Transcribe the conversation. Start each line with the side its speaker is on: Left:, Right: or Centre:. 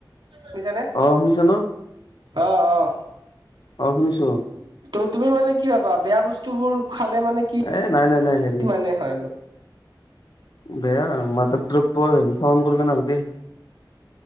Right: শুনিছেনে
Left: অ শুনিছ ন
Right: অ অ
Left: অ শুনিছো
Right: ত তুমি মানে কি ভবা বেয়া বস্তুবোৰ খালে মানে কি
Left: এ নাই নাই নাই হেৰি
Right: কি মানে হয়?
Left: বেয়া মাদক দ্ৰব্য হেৰি শৱন কৰিব নালাগেই